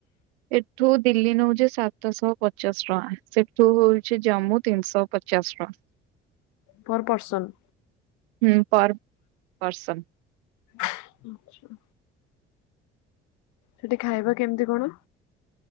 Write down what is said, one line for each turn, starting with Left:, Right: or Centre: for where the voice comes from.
Right: ଏଠୁ ଦିଲ୍ଲୀ ନେଉଛି ସାତଶହ ପଚାଶ ଟଙ୍କା ସେଠୁ ହଉଛି ଜାମ୍ମୁ ତିନିଶହ ପଚାଶ ଟଙ୍କା।
Left: Per person.
Right: ହୁଁ ପର ପର୍ସନ।
Left: ଆଚ୍ଛା। ସେଠି ଖାଇବା କେମିତି କଣ?